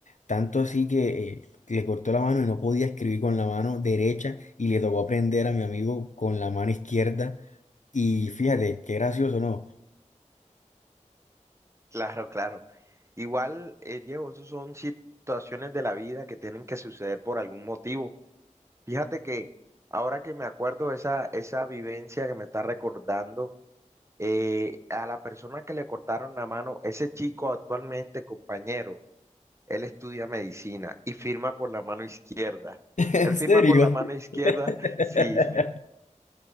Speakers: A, on the left; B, on the right.
A: Tanto así que eh, le cortó la mano y no podía escribir con la mano derecha y le tocó aprender a mi amigo con la mano izquierda. Y fíjate, qué gracioso, ¿no?
B: <laughs> Claro, claro. Igual, eh, Diego, esas son situaciones de la vida que tienen que suceder por algún motivo. Fíjate que ahora que me acuerdo de esa, esa vivencia que me está recordando, eh, a la persona que le cortaron la mano, ese chico actualmente, compañero, él estudia medicina y firma con la mano izquierda.
A: <laughs> ¿En
B: Él firma
A: serio?
B: con la mano izquierda,
A: <laughs>
B: <laughs> sí.